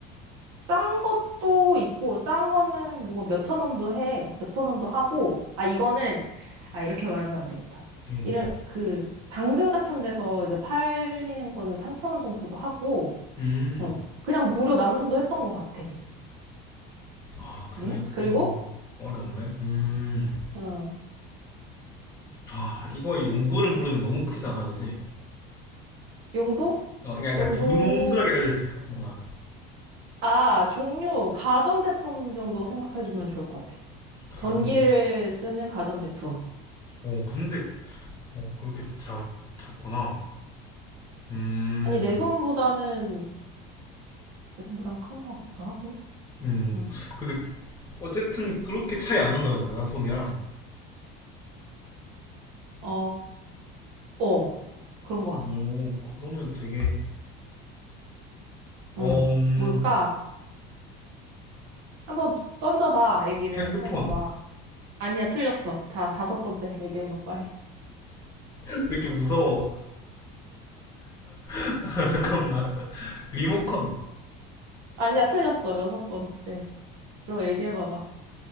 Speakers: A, on the right (about 65°); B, on the left (about 15°).
A: 싼 것도 있고, 싼 거는 뭐 몇 천 원도 해. 몇 천 원도 하고, 아, 이거는, 아, 이렇게 말하면 안 되겠다.
B: 음,
A: 이런, 그, 당근 같은 데서 이제 팔리는 거는 3천 원 정도도 하고,
B: 음,
A: 어, 그냥 무료 나눔도 했던 것 같아.
B: 아, 그래.
A: 응? 그리고,
B: 어, 어려운데? 음,
A: 어,
B: 아, 이거 용도를 물으면 너무 크잖아, 그치?
A: 용도?
B: 어, 그러니까 약간
A: 용도,
B: 두루뭉술하게 알릴 수 있어, 뭔가.
A: 아, 종류, 가전제품 정도 생각해주면 좋을 것 같아. 전기를
B: 가는데.
A: 쓰는 가전제품.
B: 어, 근데, 어, 그렇게 작, 작구나. 음,
A: 아니, 내 손보다는, 내 손보단 큰 것 같기도 하고.
B: 음,
A: 응.
B: 근데 어쨌든 그렇게 차이 안 난다는 거잖아, 손이랑.
A: 어, 어, 그런 것 같아.
B: 오, 그러면 되게 어,
A: 응.
B: 음,
A: 뭘까? 한번 던져봐, 얘기를.
B: 핸드폰.
A: 해봐봐. 아니야, 틀렸어. 다, 다섯 번째 얘기해봐, 빨리.
B: <laughs> 왜 이렇게 무서워? <laughs> 아, 잠깐만. 리모컨.
A: 아니야, 틀렸어. 여섯 번째. 로 얘기해봐봐.